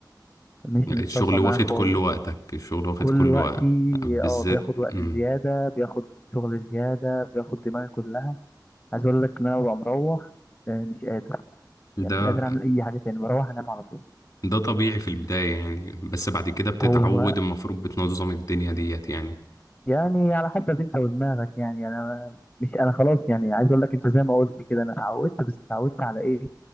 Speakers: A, on the left; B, on the left.
A: مش
B: الشغل
A: متطبق معايا
B: واخد
A: خالص
B: كل وقتك الشغل واخد
A: كل
B: كل
A: وقتي
B: وقت بالذات
A: اه بياخد وقت
B: مم.
A: زياده بياخد شغل زياده بياخد دماغي كلها عايز اقول لك ان انا ببقى مروح آه، مش قادر
B: ده
A: يعني مش قادر اعمل اي حاجه تاني بروح انام على طول
B: ده طبيعي في البداية يعني بس بعد كده بتتعود
A: هو
B: المفروض بتنظم الدنيا ديت يعني
A: يعني على حسب انت ودماغك يعني انا مش انا خلاص يعني عايز اقول لك انت زي ما قلت كده انا اتعودت بس اتعودت على ايه